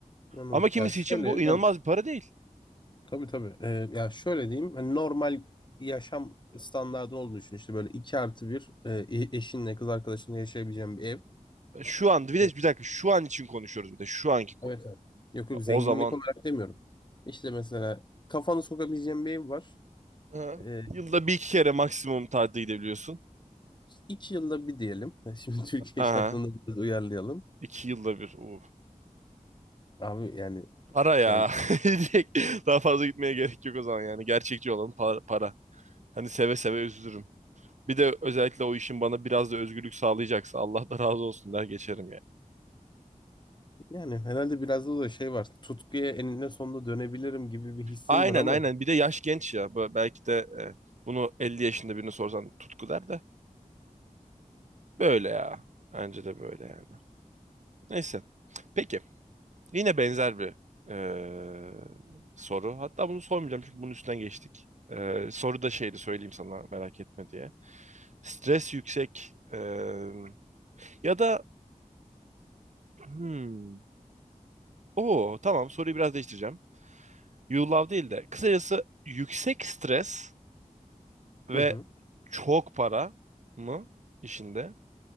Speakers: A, on the left; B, on the right.
A: Anladım.
B: Ama kimisi
A: Ya şöyle
B: için bu inanılmaz
A: ben
B: bir para değil.
A: Tabii tabii. Ee, ya şöyle diyeyim. hani normal yaşam standardı olduğunu düşün. İşte böyle iki artı bir e, e, eşinle kız arkadaşınla yaşayabileceğin bir ev.
B: Şu an bir de
A: Evet
B: bir dakika şu an için konuşuyoruz bir de şu anki konu.
A: evet. evet. Yok yok
B: Ya
A: zenginlik
B: O zaman
A: olarak demiyorum. İşte mesela kafanı sokabileceğin bir ev var.
B: Aha.
A: Ee,
B: yılda bir iki kere maksimum tatile gidebiliyorsun.
A: iki yılda bir diyelim. <laughs> Şimdi Türkiye
B: Aha.
A: şartlarını biraz uyarlayalım.
B: İki yılda bir. Uh.
A: Abi yani
B: Para
A: şu
B: ya.
A: an
B: <laughs> Direkt Daha fazla gitmeye gerek yok o zaman yani. Gerçekçi olan para, para. Hani seve seve üzülürüm. Bir de özellikle o işin bana biraz da özgürlük sağlayacaksa Allah da razı olsun der geçerim ya.
A: yani herhalde biraz da, da şey var. Tutkuya eninde sonunda dönebilirim gibi bir hissim
B: Aynen
A: var ama.
B: aynen. Bir de yaş genç ya. Bu- Belki de e, bunu 50 yaşında birine sorsan tutku der de. Böyle ya. Bence de böyle yani. Neyse. Peki. Yine benzer bir eee, soru. Hatta bunu sormayacağım çünkü bunun üstünden geçtik. Eee, soru da şeydi söyleyeyim sana merak etme diye. Stres yüksek eee, ya da hmm, o tamam soruyu biraz değiştireceğim. You love değil de kısacası yüksek stres ve
A: Hı hı.
B: çok para mı işinde?